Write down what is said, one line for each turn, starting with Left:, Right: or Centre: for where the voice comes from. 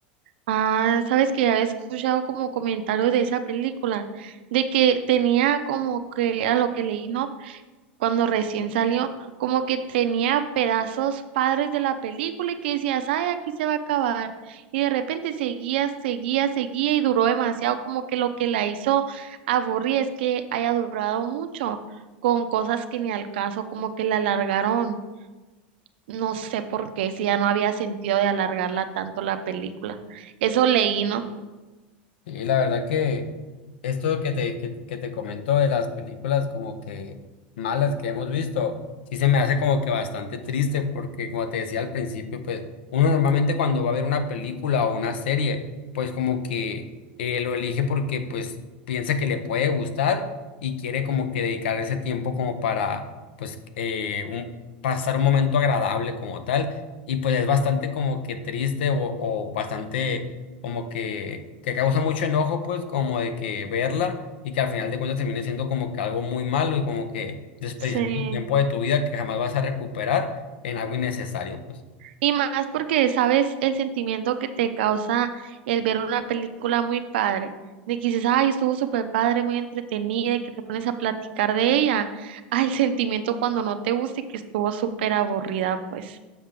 Right: Ah, sabes que ya había escuchado como comentarios de esa película, de que tenía como que a lo que leí, ¿no? cuando recién salió, como que tenía pedazos padres de la película y que decías, ay, aquí se va a acabar. Y de repente seguía, seguía, seguía y duró demasiado, como que lo que la hizo aburrir es que haya durado mucho con cosas que ni al caso, como que la alargaron. No sé por qué, si ya no había sentido de alargarla tanto la película. Eso leí, ¿no?
Left: Y la verdad que esto que te, que, que te comento de las películas como que malas que hemos visto, sí se me hace como que bastante triste porque como te decía al principio, pues uno normalmente cuando va a ver una película o una serie, pues como que eh, lo elige porque pues piensa que le puede gustar y quiere como que dedicar ese tiempo como para pues eh, un- pasar un momento agradable como tal. Y pues es bastante como que triste o o bastante como que, que causa mucho enojo, pues, como de que verla y que al final de cuentas termine siendo como que algo muy malo y como que desperdiciar
Right: Sí.
Left: tu tiempo de tu vida que jamás vas a recuperar en algo innecesario, pues.
Right: Y más porque sabes el sentimiento que te causa el ver una película muy padre, de que dices, ay, estuvo súper padre, muy entretenida, y que te pones a platicar de ella, <laughs> al sentimiento cuando no te gusta y que estuvo súper aburrida, pues.